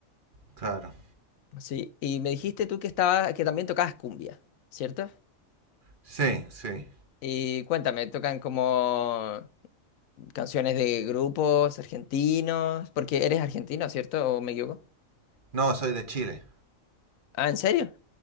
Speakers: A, on the right (about 40°); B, on the left (about 75°).
A: Claro.
B: Sí, y me dijiste tú que estaba, que también tocabas cumbia, ¿cierto?
A: Sí, sí.
B: Y cuéntame, ¿tocan como canciones de grupos argentinos? Porque eres argentino, ¿cierto? ¿O me equivoco?
A: No, soy de Chile.
B: Ah, ¿en serio?